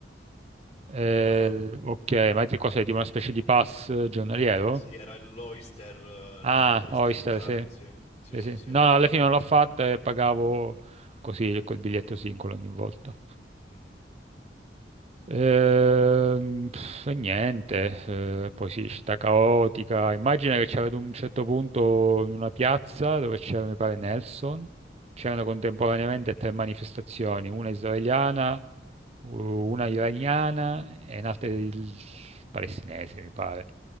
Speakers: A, on the right; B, on the left.
A: Eh,
B: Era,
A: ok, ma ti cos'è? Tipo una specie di pass giornaliero?
B: sì, era l'Oyster, eh,
A: Ah,
B: la Oyster
A: Oyster,
B: Card,
A: sì.
B: sì, sì,
A: Sì,
B: sì,
A: sì.
B: sì.
A: No, no, alla fine non l'ho fatto e pagavo così col biglietto singolo ogni volta.
B: Mhm.
A: Ehm, pff, E niente, eh, poi sì, città caotica. Immagina che c'era ad un certo punto in una piazza dove c'era, mi pare, Nelson, c'erano contemporaneamente tre manifestazioni, una israeliana, u- una iraniana e un'altra il- palestinese, mi pare.